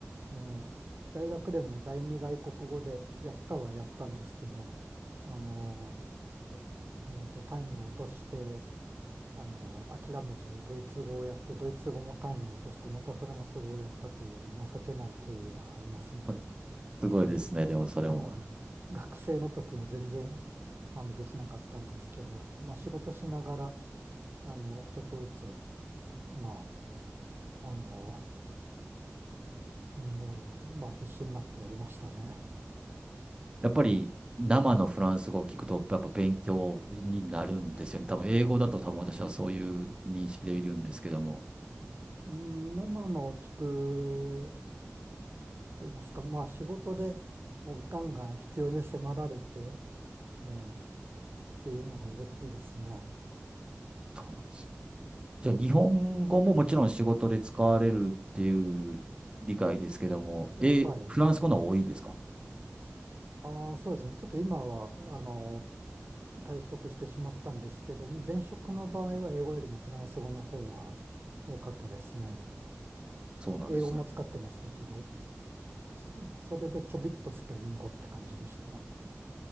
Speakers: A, on the right (about 50°); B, on the right (about 20°).
A: ー大学でも第二外国語でやったはやったんですけど、あのえっと、単位を落として、あの、諦めてドイツ語をやって、ドイツ語も単位を落として、またフランス語をやったという情けない経緯がありますので、
B: <laughs> すごいですね。
A: ええ、
B: でもそれも。
A: あの、<laughs> 学生の時は全然、あの、できなかったんですけど、まあ、仕事しながら、あの、ちょっとずつ、まあ、あの、もう、まあ、必死になってやりましたね。
B: やっぱり生のフランス語を聞くと、やっぱ勉強になるんですよね。多分英語だと多分私はそういう認識でいるんですけども。
A: うん、生のを聞くと言いますか、まあ、仕事でもうガンガン必要に迫られて、ええっていうのが大きいですね。
B: そうなんですじゃあ、日本語ももちろん仕事で使われるっていう理解ですけども、
A: はい。
B: え、フランス語の方が多いですか
A: ああ、そうですね。ちょっと今は、あの、退職してしまったんですけど、前職の場合は英語よりもフランス語の方が多かったですね。
B: そうなんですね。
A: 英語も使ってましたけど、そそれでちょびっとスペイン語って感じでした。